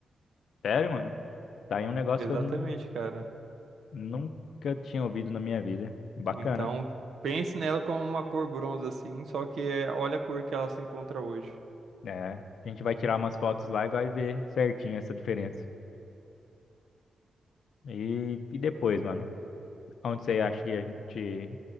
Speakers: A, on the left; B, on the right.
A: Sério, mano? Tá aí um negócio
B: Exatamente,
A: que eu nun-
B: cara.
A: nunca tinha ouvido na minha vida. Bacana.
B: Então, pense nela como uma cor bronze, assim, só que é, olha a cor que ela se encontra hoje.
A: É, a gente vai tirar umas fotos lá e vai ver certinho essa diferença. E, e depois, mano, onde você acha que a gente,